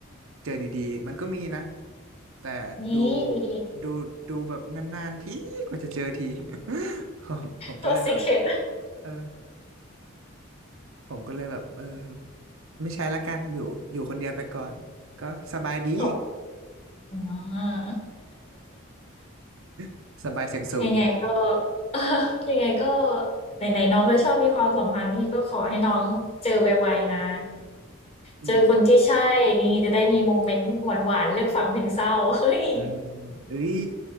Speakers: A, on the right (about 75°); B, on the left (about 30°).
A: เจอดีๆมันก็มีนะแต่ดู
B: มีมี
A: ดูดูแบบนานๆทีกว่าจะเจอที <laughs> ผมผมก็เลยแบบ
B: ตัว Secret
A: เออผมก็เลยแบบเออไม่ใช้ละกันอยู่อยู่คนเดียวไปก่อนก็สบายดี
B: ขอบอ่า
A: <laughs> สบายเสียงสูง
B: ยังไงก็ <laughs> เออยังไงก็ไหนๆน้องก็ชอบมีความสัมพันธ์พี่ก็ขอให้น้องเจอไวๆนะ
A: อืม
B: เจอคนที่ใช่นี่จะได้มีโมเมนต์หวานๆเลือกฟังเพลงเศร้า <laughs> เฮ้ย
A: อืมเอ้ย